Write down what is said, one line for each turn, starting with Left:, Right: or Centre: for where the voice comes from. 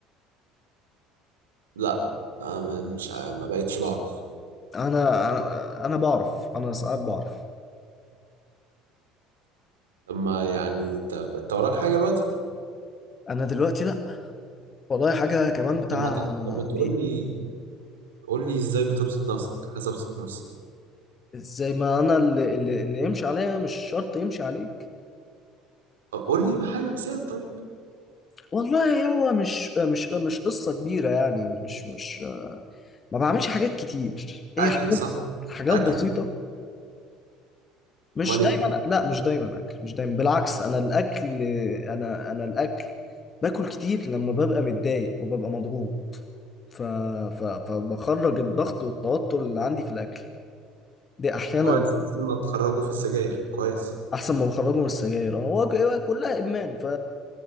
Right: لا آه، م- مش ع- ما بقتش بعرف
Left: انا انا انا بعرف انا ساعات بعرف
Right: لما يعني طب انت وراك حاجة دلوقتي
Left: انا دلوقتي لا والله حاجه كمان بتاع
Right: لما لما تقول
Left: دي
Right: لي قول لي ازاي بتبسط نفسك عايز ابسط نفسي
Left: زي ما انا اللي اللي, اللي يمشي عليا مش شرط يمشي عليك
Right: طب قول لي حاجة مثال طيب
Left: والله هو مش مش مش قصه كبيره يعني مش مش ما بعملش حاجات كتير هي
Right: اكل
Left: حاجات
Right: صح
Left: حاجات
Right: اكل
Left: بسيطه مش
Right: امال
Left: دايما
Right: ايه
Left: لا مش دايما اكل مش دايما بالعكس انا الاكل انا انا الاكل باكل كتير لما ببقى متضايق وببقى مضغوط ف... ف... فبخرج الضغط والتوتر اللي عندي في الاكل دي احيانا
Right: كويس احسن ما تخرجوا في السجاير كويس
Left: احسن ما بخرجه من السجاير انا هو هو كلها ادمان ف